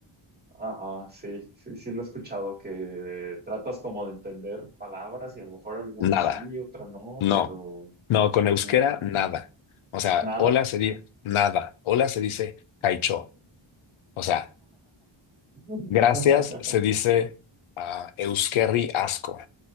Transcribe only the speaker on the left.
Nada.
No.
No, con euskera,
nada. O sea,
hola se dice nada. Hola se dice caicho. O sea,
gracias se dice ah, euskerri asko.